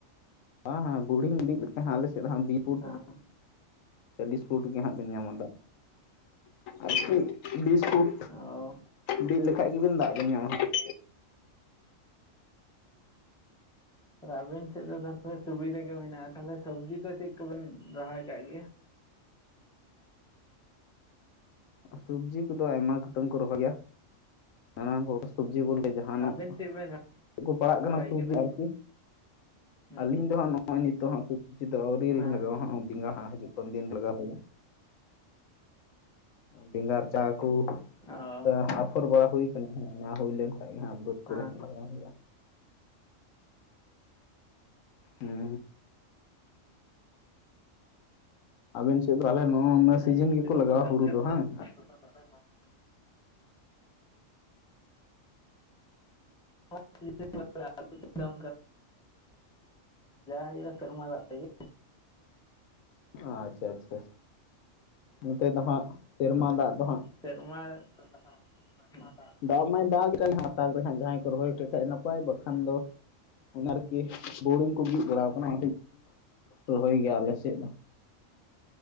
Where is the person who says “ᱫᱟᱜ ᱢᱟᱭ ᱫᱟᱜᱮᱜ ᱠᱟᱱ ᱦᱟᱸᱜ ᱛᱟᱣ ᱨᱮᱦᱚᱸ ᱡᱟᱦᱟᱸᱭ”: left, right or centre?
Left